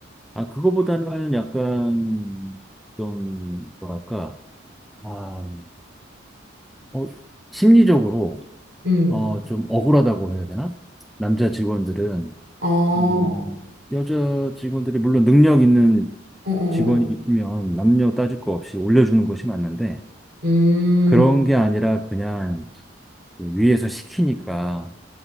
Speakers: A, in the centre; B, on the right.
A: 아, 그거보다는 약간 좀, 뭐랄까, 아, 어, 심리적으로,
B: 음,
A: 어, 좀 억울하다고 해야 되나? 남자 직원들은,
B: 어, 어,
A: 음, 여자 직원들이 물론 능력 있는
B: 어, 어.
A: 직원이면
B: 어.
A: 남녀 따질 거 없이 올려주는 것이 맞는데,
B: 음,
A: 그런 게 아니라 그냥 위에서 시키니까,